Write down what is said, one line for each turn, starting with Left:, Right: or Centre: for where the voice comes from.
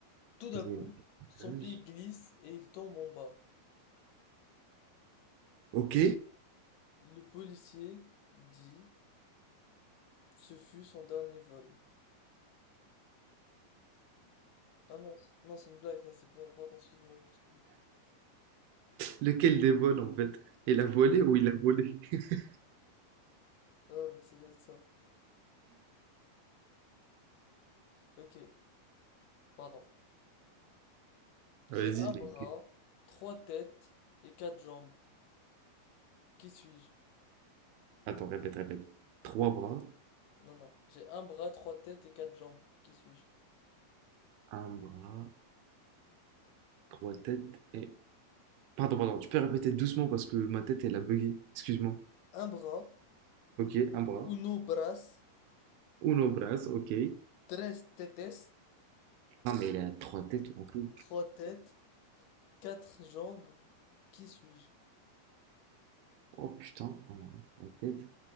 Left: Tout d'un
Right: Il
Left: coup,
Right: est au
Left: son
Right: cage.
Left: pied glisse et il tombe en bas.
Right: Ok.
Left: Le policier dit, ce fut son dernier vol. Ah mince, non, c'est une blague, ça c'est pas. Pardon, excuse-moi, je me suis.
Right: Lequel des vols, en fait? Il a volé ou il a volé? <laughs>
Left: Ouais, bah, ça doit être ça. Ok, pardon.
Right: Vas-y,
Left: J'ai un bras,
Right: mec.
Left: trois têtes et quatre jambes. Qui suis-je?
Right: Attends, répète, répète. Trois bras,
Left: Non, non. J'ai un bras, trois têtes et quatre jambes. Qui suis-je?
Right: un bras, trois têtes et... Pardon, pardon, tu peux répéter doucement parce que ma tête, elle a bugué. Excuse-moi.
Left: Un bras,
Right: Ok, un bras.
Left: uno bras,
Right: Uno bras, ok.
Left: tres tetes,
Right: Non, mais il a trois têtes, en fait.
Left: trois têtes, quatre jambes. Qui suis-je?
Right: Oh putain, ah, la tête,